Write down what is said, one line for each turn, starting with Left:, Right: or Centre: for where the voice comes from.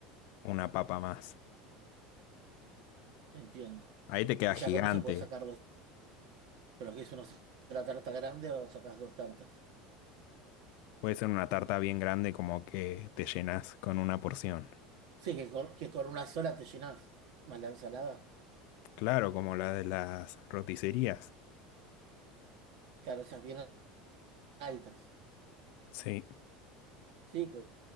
Left: una papa más.
Right: entiendo.
Left: Ahí te queda
Right: Y
Left: gigante
Right: ya con eso puedo sacar dos. Pero que es una sola tarta grande o sacás dos tartas.
Left: Puede ser una tarta bien grande como que te llenas con una porción.
Right: Sí, que con, que con una sola te llenás, más la ensalada.
Left: Claro, como la de las roticerías.
Right: Claro, esas bien altas.
Left: Sí,
Right: Sí, con